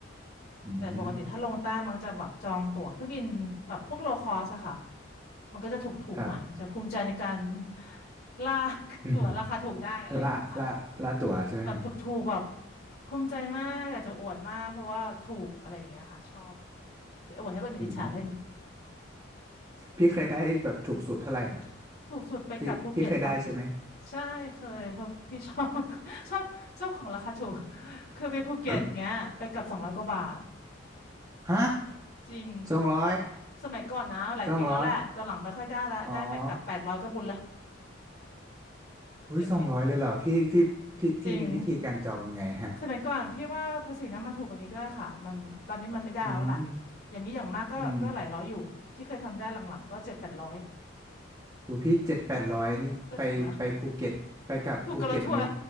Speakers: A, on the right (about 20°); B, on the left (about 55°).
A: อืม
B: แต่ปกติถ้าลงใต้มันจะแบบจองตั๋วเครื่องบินแบบพวกโลคอสอะค่ะมันก็จะถูกๆหน่อยจะภูมิใจในการ
A: ครับ
B: ลากตั๋วราคาถูกได้อะไรอย่างเงี้ยค่ะ
A: อืมละละละตั๋วใช่ไหมฮะ
B: แบบถูกๆแบบภูมิใจมากอยากจะอวดมากเพราะว่าถูกอะไรอย่างเงี้ยค่ะชอบไปอวดให้คนอื่นอิจฉาเล่น
A: อืมพี่เคยได้แบบถูกสุดเท่าไหร่นะ
B: ถูกสุดไปกลับภูเก็ตสอง
A: พี่พี่เคยได้ใช่ไหม
B: ใช่เคยเพราะพี่ชอบ <laughs> ชอบชอบของราคาถูกคือไปภูเก็ตอย่างเงี้ยไปกลับสองร้อยกว่าบาท
A: <laughs> ฮะ
B: จริง
A: สองร้อย
B: สมัยก่อนนะหลายปีแล้วแหละตอนหลังไม่ค่อยได้ละได้ไปกลับแปดร้อยก็บุญละ
A: สองร้อยอ๋ออุ้ยสองร้อยเลยเหรอพี่พี่พี่พี่มีวิธีการจองยังไงฮะ
B: เดี๋ยวนี้จริงสมัยก่อนพี่ว่าภาษีน้ำมันถูกกว่านี้ด้วยค่ะมันตอนนี้มันไม่ได้แล้วล่ะ
A: อืม
B: อย่างนี้อย่างมากก็ก็หลายร้อยอยู่ที่เคยทำได้หลังๆก็เจ็ดแปดร้อย
A: อืม โหพี่เจ็ดแปดร้อยนี่ไปไปภูเก็ตไปกับภูเก็ตนิด
B: ก็ถูกแล้วถูกกวะทัวร์